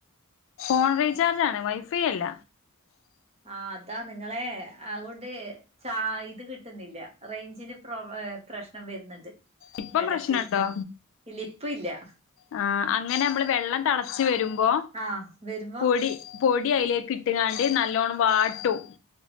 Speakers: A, on the left; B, on the right.
A: ഫോൺ റീചാർജാണ് വൈഫൈ അല്ല
B: ആ അതാ നിങ്ങളെ അങൊണ്ട് ച ഇത് കിട്ട്ന്നില്ല റെയ്ഞ്ചിന് പ്രോ പ്രശ്നം വെര്ന്ന്ണ്ട്
A: ഇപ്പം
B: എടക്ക്
A: പ്രശ്നണ്ടോ
B: ഇല്ല ഇപ്പല്ല
A: ആ അങ്ങനെ മ്മള് വെള്ളം തളച്ച് വെരുമ്പോ
B: ആഹ് വരുമ്പോ
A: പൊടി പൊടി അയ്ലേക്ക് ഇട്ട്ങ്ങാണ്ട് നല്ലോണ്ണം വാട്ടും